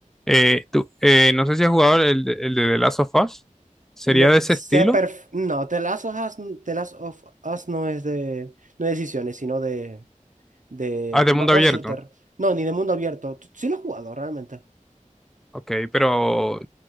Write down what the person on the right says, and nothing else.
Me,
sé
perf- no, The Last of Us, The Last of Us no es de, no de decisiones, sino de, de
ma-
más
shooter. No, ni de mundo abierto. Tú- Sí lo he jugado realmente.